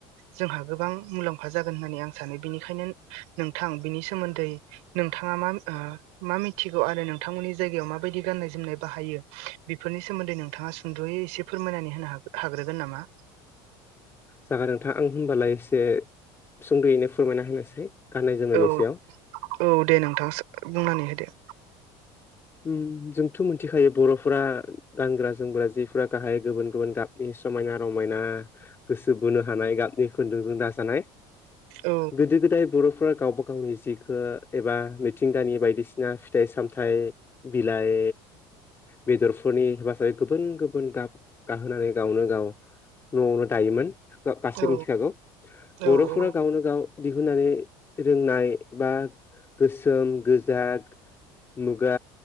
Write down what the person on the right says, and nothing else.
जोंहा गोबां मुलाम्फा जागोन होननानै आं सानो बेनिखायनो नोंथां बिनि सोमोन्दै नोंथाङा मा मा मिथिगौ आरो नोंथांमोननि जायगायाव गाननाय जनाय बाहायो बेफोरनि सोमोन्दै नोंथाङा सुंद'यै एसे फोरमायनानै होन हा हागोन। हागोन नामा?
औ
औ दे नोंथाङ बुंनानै होदो।
औ
औ
औ
औ